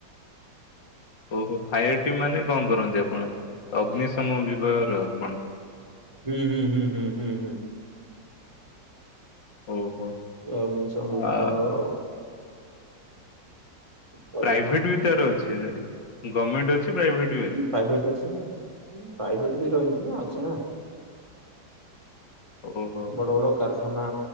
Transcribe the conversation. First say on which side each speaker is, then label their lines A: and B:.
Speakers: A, on the left; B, on the right.
A: ଓହୋ ଫାୟାର ଟିମ୍ ମାନେ କଣ କରନ୍ତି ଆପଣ ଅଗ୍ନିଶମ ବିଭାଗର ଆପଣ?
B: ହୁଁ-ହୁଁ-ହୁଁ-ହୁଁ-ହୁଁ-ହୁଁ।
A: ଓହୋ।
B: <inaudible>
A: ଆ
B: କରିବା
A: ପ୍ରାଇଭେଟ ବି ତାର ଅଛି, ଗମେଣ୍ଟ ଅଛି ପ୍ରାଇଭେଟ୍
B: ହୁଁ ପ୍ରାଇଭେଟ ଅଛି ନା ପ୍ରାଇଭେଟ୍ ବି ରହିଚି ନା ଅଛି ନା।
A: ଓହୋ ହଁ
B: ବଡ ବଡ କାରଖାନା